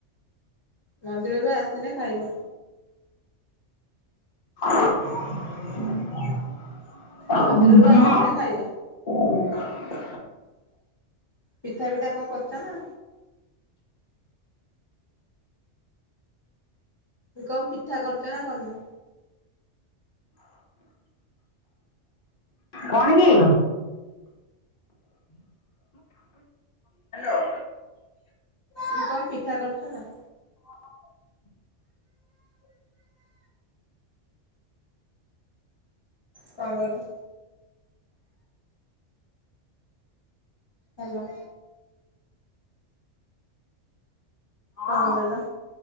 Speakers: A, on the left; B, on the left.
A: ମନ୍ଦିରରୁ ଆସିଲେ ଖାଇବ?
B: <inaudible> <inaudible>
A: ମନ୍ଦିରରୁ ଆସିନେ ଖାଇବ। ପିଠା ଫିଠା କଣ କରିଚ ନା? ଉ କଣ ପିଠା କରିଚ ନା କରିନ?
B: କଣ କି? ହ୍ୟାଲୋ
A: ମୁଁ କହିଲି ପିଠା କରିଚ ନା?
B: ହଁ ହୁଁ।
A: କଣ କହିଲ? ହାଲୋ।
B: ହଁ
A: କଣ କହିଲ